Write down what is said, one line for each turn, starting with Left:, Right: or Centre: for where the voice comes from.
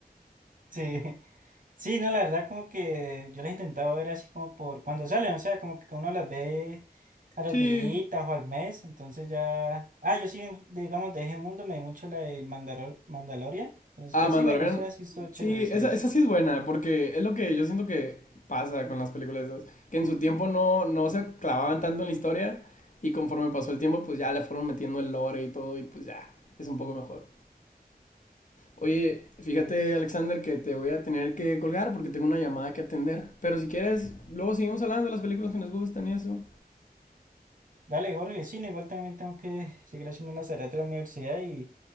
Right: Sí, sí, no, la verdad como que yo las he intentado ver así como por cuando salen, o sea, como que uno las ve a los
Left: Sí,
Right: días o al mes, entonces ya... Ah, yo sí, digamos, de ese mundo me vi mucho la del Mandalor mandaloria, entonces
Left: Ah,
Right: pues
Left: Mandalorian.
Right: sí, me gustó, así estuvo chévere,
Left: Sí,
Right: sí.
Left: esa, esa sí es buena, porque es lo que yo siento que pasa con las películas esas, que en su tiempo no, no se clavaban tanto en la historia y conforme pasó el tiempo, pues ya le fueron metiendo el lore y todo y pues ya, es un poco mejor. Oye, fíjate,
Right: Entonces,
Left: Alexander, que te voy a tener que colgar porque tengo una llamada que atender, pero si quieres, luego seguimos hablando de las películas que nos gustan y eso.
Right: dale, Jorge, sí, no, igual también tengo que seguir haciendo unas tareas de la universidad y